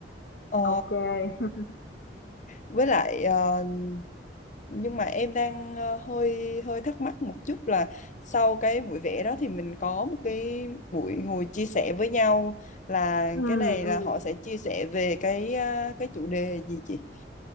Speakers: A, on the left; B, on the left.
A: Ờ,
B: ok <laughs>
A: với lại ờ, nhưng mà em đang ờ, hơi hơi thắc mắc một chút là sau cái buổi vẽ đó thì mình có một cái buổi ngồi chia sẻ với nhau là
B: ừ
A: cái này
B: ừ
A: là họ sẽ chia sẻ về cái ờ, cái chủ đề gì chị